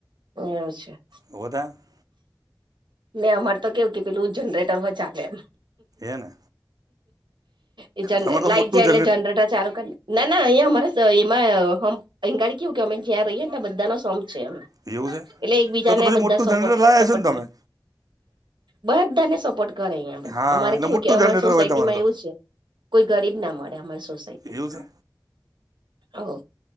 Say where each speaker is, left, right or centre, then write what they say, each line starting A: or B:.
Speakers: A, on the right; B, on the right.
A: એવુ છે.
B: <inaudible>
A: મેં અમારે તો કેવું કે પેલું જનરેટર હો ચાલે એમ
B: એ ને
A: એ જ
B: તમારે તો
A: લાઈટ
B: મોટું
A: જાય એટલે જનરેટર ચાલુ ક ના ના અહીંયા અમારા એમાંમ અહીં ગાડી કેવું કે અમે જ્યાં રહીએ ને તયા બધાનો સોંમ છે, એમ
B: એવું છે
A: એટલે એકબીજાને
B: તો તો પછી
A: બધા
B: મોટું
A: સપોર્ટ
B: જનરેટર લાયા
A: સપોર્ટ
B: છો ને તમે
A: માં હા બધાને સપોર્ટ કરે અહં
B: હા
A: અમારે
B: એટલે
A: કેવું
B: મોટું
A: કે અમારી
B: જનરેટર
A: સોસાયટી
B: હોય તમારે
A: માં
B: તો
A: એવું છે. કોઈ ગરીબ ના મળે અમારી સોસાયટી
B: એવું છે
A: ઓ